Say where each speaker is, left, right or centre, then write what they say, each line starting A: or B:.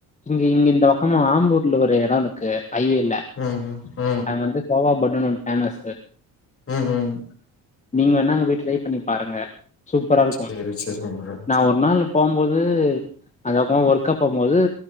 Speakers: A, on the left; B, on the left.
A: இங்க இங்க இந்த பக்கமா ஆம்பூர்ல ஒரு இடம் இருக்கு ஐவேல
B: ம் ம்
A: அங்க வந்து கோவா பன்னுன் ஒன்னு ஃபேமஸ்சு
B: ம் ம்
A: நீங்க வேனா அங்க போய் ட்ரை பண்ணி பாருங்க சூப்பரா இருக்கும்
B: சேரி சேரிங்க ப்ரோ
A: நா ஒரு நாள் போ‌ மோது அந்த பக்கமா ஒர்க்கா போ மோது